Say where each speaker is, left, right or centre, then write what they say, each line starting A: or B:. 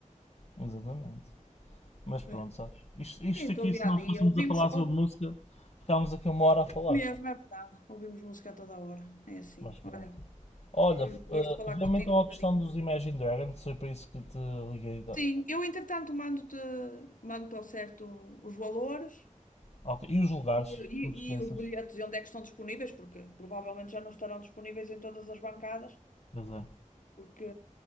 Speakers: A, on the left (about 50°); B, on the left (about 80°).
A: Exatamente. Mas pronto,
B: É.
A: sabes? Isto, isto
B: em
A: aqui,
B: todo o
A: se
B: dia
A: nós
B: a dia
A: fôssemos
B: ouvimos,
A: a falar sobre
B: ou-
A: música, ficámos aqui uma hora a falar.
B: mesmo, é verdade, ouvimos música a toda a hora. É assim.
A: Mas pronto.
B: Olha,
A: Olha,
B: foi
A: uh,
B: um gosto falar
A: vê-me
B: contigo
A: então
B: um bocadinho.
A: a questão dos Imagine Dragons, foi para isso que te liguei.
B: Sim, eu entretanto mando-te mando-te ao certo os valores
A: Ok, E os lugares,
B: e, e,
A: não te esqueças.
B: e os bilhetes e onde é que estão disponíveis, porque provavelmente já não estarão disponíveis em todas as bancadas.
A: Pois é.
B: porque